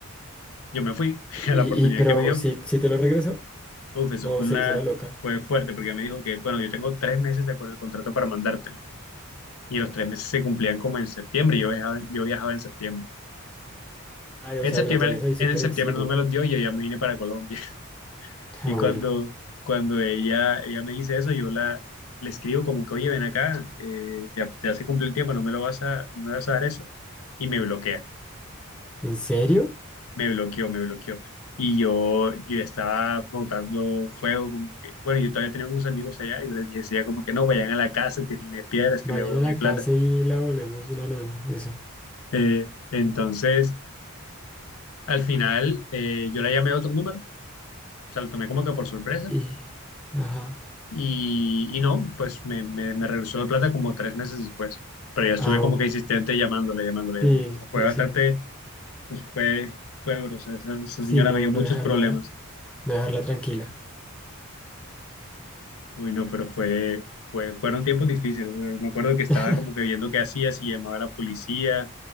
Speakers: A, on the left (about 75°); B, in the centre.
A: Yo me fui. <laughs>
B: Y,
A: a La oportunidad
B: y pero
A: que me dio,
B: si si te lo regresó
A: uf, eso
B: o
A: fue
B: se
A: una,
B: hizo la loca.
A: fue fuerte porque me dijo que, bueno, yo tengo tres meses de acuerdo al contrato para mandártelo. Y los tres meses se cumplían como en septiembre. y Yo viajaba, yo viajaba en septiembre.
B: Ay,
A: En
B: o sea,
A: septiembre,
B: la tenías ahí súper
A: en el septiembre
B: encima.
A: no me los dio y yo ya me vine para Colombia. <laughs> Y
B: Ah, bueno.
A: cuando, cuando ella, ella me dice eso, yo la, le escribo como que, oye, ven acá, eh, ya, ya se cumplió el tiempo, no me lo vas a, no me vas a dar eso. Y me bloquea.
B: ¿En serio?
A: me bloqueó, me bloqueó. Y yo, yo estaba botando fuego, como que, bueno, yo todavía tenía unos amigos allá, y yo les decía como que no, vayan a la casa, tienen piedras, que
B: Vayan
A: me devuelvo
B: a la
A: mi plata.
B: casa y la volvemos una nada. Eso.
A: Eh, entonces, al final, eh, yo la llamé a otro número, o sea, lo tomé como que por sorpresa,
B: Y, ajá.
A: y, y no, pues me, me, me regresó la plata como tres meses después. Pero yo estuve
B: Ah,
A: como
B: o-
A: que insistente llamándole, llamándole,
B: sí,
A: llamándole. O sea, fue
B: sí,
A: bastante,
B: sí.
A: uf, fue, fue duro, o sea, esa esa
B: Sí,
A: señora
B: no,
A: me dio muchos
B: no dejarla,
A: problemas.
B: no dejarla tranquila.
A: Uy, no, pero fue, fue, fueron tiempos difíciles. Eh, Me acuerdo que estaba
B: <laughs>
A: como que viendo qué hacía, si llamaba a la policía,